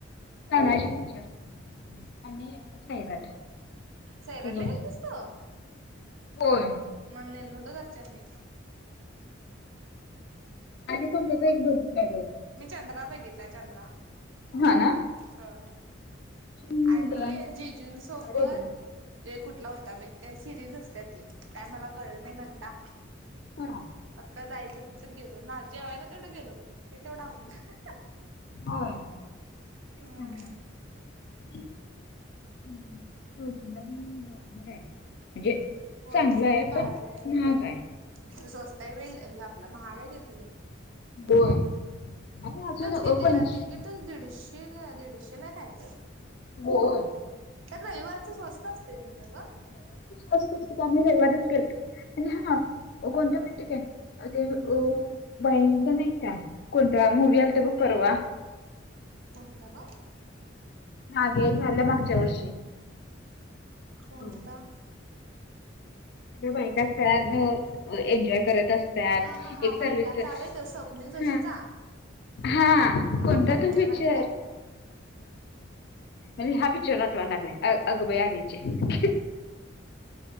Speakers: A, on the left (about 55°); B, on the right (about 80°).
A: तानाजी पिक्चर आणि सैराट.
B: सैराटला
A: तो बघ
B: गेलतीस तू?
A: होय.
B: मला नेल नव्हत घरच्यांनी.
A: आणि कोणता तर एक बगितलाय बग.
B: मी चंद्रा बघितलं चंद्रा
A: हा ना
B: होय
A: चिंद्रा
B: आणि जीजूंनसोबत.
A: भारी आहे
B: ते कुठला होता बे सिरिज असत्या ती काय मला कळल नाही घंटा.
A: हां.
B: फक्त जायचं तिथं गेलो ना जेवा्हायला तेवढं गेलो बग ते तेवढं आवडलं.
A: बर हा
B: होय.
A: हा <inaudible> <unintelligible> म्हणजे
B: फॉर्च्यून
A: चांगलं आहे
B: भारी
A: पण महाग आहे.
B: स्वस्त आहे वेल आपलं महाग आहे ईथ लयी.
A: होय आणि अरे अजून अ
B: कितीला
A: पंचे
B: तिकीटच दीडशे दीडशे ला काय तर
A: होय
B: त्यात रविवारचं स्वस्त असतय म्हण ग.
A: त असत आम्ही रविवारच गेलतो आणि हा. अ कोणत माहिती काय ते
B: हम्म
A: अ बाईचं नाही काय कुंटाळा मूवी आलते बघ परवा.
B: कोणता ग?
A: मागे झालं मागच्या वर्षी.
B: कोणता?
A: अ, बायका तयार न एनजॉय करत असत्यात
B: हा हा हा
A: एक
B: बायकांचा
A: सर्विसला
B: हवाय तो स्वप्नील जोशीचा
A: हा
B: हा
A: कोणता
B: माहितय
A: तो पिक्चर?
B: माहितय
A: मला हा पिक्चर आठवायला लागलाय अग बाई अरेच्चा.